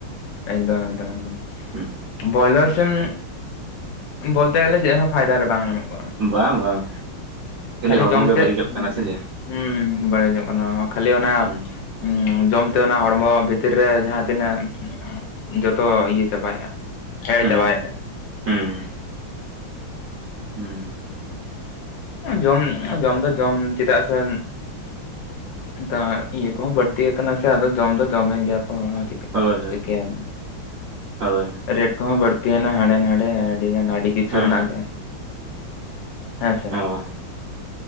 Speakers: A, on the left (about 70°); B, on the right (about 55°).
A: ᱮᱜᱽᱫᱚᱢ ᱮᱜᱽᱫᱚᱢ ᱮᱜᱽᱫᱚᱢ
B: ᱦᱩᱸ,
A: ᱵᱚᱭᱞᱟᱨ ᱥᱮᱢ ᱵᱚᱞᱛᱮ ᱜᱮᱞᱮ ᱡᱮᱫ ᱦᱚᱸ ᱯᱷᱟᱭᱫᱟ ᱨᱮ ᱵᱟᱝ ᱮᱢᱚᱜ ᱠᱚᱜ-ᱟ
B: ᱵᱟᱝ ᱵᱟᱝ
A: ᱠᱷᱟᱹᱞᱤ
B: ᱦᱚᱲᱢᱚ
A: ᱡᱚᱢ
B: ᱜᱮ
A: ᱛᱮ
B: ᱵᱟᱹᱲᱤᱡᱚᱜ ᱠᱟᱱᱟ ᱥᱮ ᱪᱮᱫ
A: ᱦ ᱵᱟᱲᱟᱭ ᱧᱚᱜ ᱠᱟᱱᱟ ᱠᱷᱟᱹᱞᱤ ᱚᱱᱟ
B: ᱦᱩᱸ
A: ᱦᱩᱸ ᱡᱚᱢᱛᱮ ᱚᱱᱟ ᱦᱚᱲᱢᱚ ᱵᱷᱤᱛᱤᱨ ᱨᱮ ᱡᱟᱦᱟᱸ ᱛᱤᱱᱟᱹᱜ ᱡᱚᱛᱚ ᱤᱭᱟᱹ ᱪᱟᱵᱟᱭᱮᱫ-ᱟ ᱦᱮᱲ
B: ᱦᱩᱸ
A: ᱪᱟᱵᱟᱭᱮᱫ-ᱟ᱾
B: ᱦᱩᱸ ᱦᱩᱸ ᱦᱩᱸ᱾
A: ᱡᱚᱢ ᱡᱚᱢ ᱫᱚ ᱡᱚᱢ ᱪᱮᱫᱟᱜ ᱥᱮ ᱱᱮᱛᱟᱨ ᱤᱭᱟᱹ ᱠᱚᱦᱚᱸ ᱵᱟᱹᱲᱛᱤ ᱟᱠᱟᱱᱟ ᱥᱮ ᱟ ᱡᱚᱢ ᱫᱚ ᱡᱚᱢᱮ ᱜᱮᱭᱟ ᱠᱚ ᱠᱟᱹᱴᱤᱪ
B: ᱦᱳᱭ ᱦᱳᱭ
A: ᱪᱮᱠᱟᱭᱟᱢ
B: ᱦᱳᱭ
A: ᱨᱮᱴ ᱠᱚᱦᱚᱸ ᱵᱟᱹᱲᱛᱤ ᱮᱱᱟ ᱦᱰᱮ ᱱᱟᱰᱮ ᱟᱹᱰᱤᱜ ᱜᱟᱱ ᱟᱹᱰᱤ ᱠᱤᱪᱷᱩ
B: ᱦᱮᱸ
A: ᱨᱮᱱᱟ
B: ᱦᱮᱸ
A: ᱜᱮ ᱦᱮᱸᱥᱮ
B: ᱚ